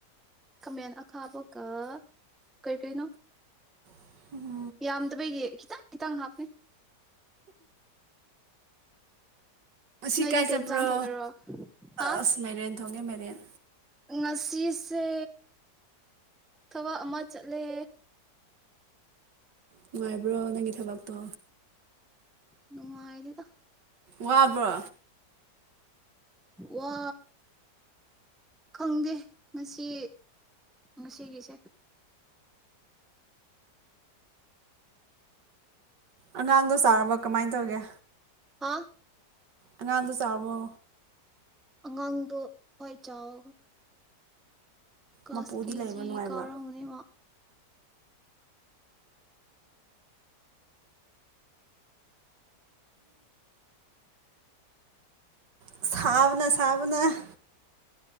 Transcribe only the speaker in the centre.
ꯈꯥꯃꯦꯟ ꯑꯈꯥꯕꯒ ꯀꯩꯀꯩꯅꯣ
ꯌꯥꯝꯗꯕꯩꯒꯤ ꯈꯤꯇꯪ ꯈꯤꯇꯪ ꯍꯥꯞꯄꯦ
ꯅꯣꯏꯗꯤ
ꯀꯩ
ꯌꯦꯟꯁꯥꯡ ꯊꯣꯡꯉꯦꯔꯣ ꯍꯥ
ꯉꯁꯤꯁꯦ ꯊꯕꯛ ꯑꯃ ꯆꯠꯂꯦ
ꯅꯨꯡꯉꯥꯏꯗꯦꯗ
ꯋꯥ ꯈꯪꯗꯦ ꯉꯁꯤ ꯉꯁꯤꯒꯤꯁꯦ
ꯍꯥꯥ
ꯑꯉꯥꯡꯗꯣ ꯍꯣꯏ ꯆꯥꯎ ꯀꯂꯁ
ꯀꯦ
ꯖꯤ
ꯀꯥꯔꯝꯒꯅꯤ ꯃꯥ